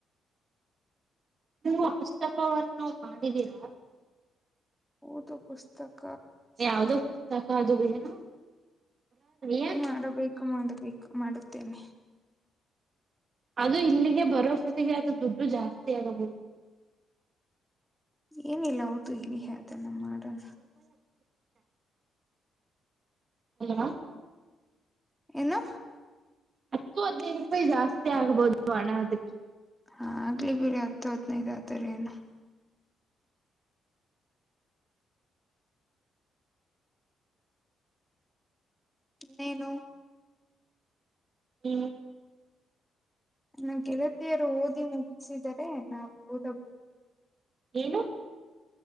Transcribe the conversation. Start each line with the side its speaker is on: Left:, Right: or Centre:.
Right: ನೀವು ಆ ಪುಸ್ತಕವನ್ನು ಮಾಡಿದೀರಾ
Centre: ಓದೋ ಪುಸ್ತಕ್
Right: ಯಾವ್ದೋ ಪುಸ್ತಕ ಅದು ಏನು ಏನ್
Centre: ಮಾಡಬೇಕು ಮಾಡಬೇಕು ಮಾಡುತ್ತೇನೆ
Right: ಅದು ಇಲ್ಲಿಗೆ ಬರೋ ಅಸ್ಟೊತ್ತಿಗೆ ಅದು ದುಡ್ಡು ಜಾಸ್ತಿ ಆಗಬಹುದು
Centre: ಏನಿಲ್ಲ ಹೌದು ಇರಿ ಹದ ನ ಮಾಡಣ
Right: ಹಲೋ
Centre: ಎನು
Right: ಹತ್ತು ಹದ್ನೈದು ರೂಪಾಯಿ ಜಾಸ್ತಿ ಆಗ್ಬೋದು ಹಣ ಅದಿಕ್ಕೆ
Centre: ಹಾ ಆಗ್ಲಿ ಬಿಡಿ ಹತ್ತು ಹತ್ತನೈದ ಆದರೆನು ಇನ್ನೇನು
Right: ಹ್ಮ್
Centre: ನನ್ ಗೆಳತಿಯರು ಓದಿ ಮುಗಿಸಿದರೆ ನಾವು ಓದಬಹುದು
Right: ಏನು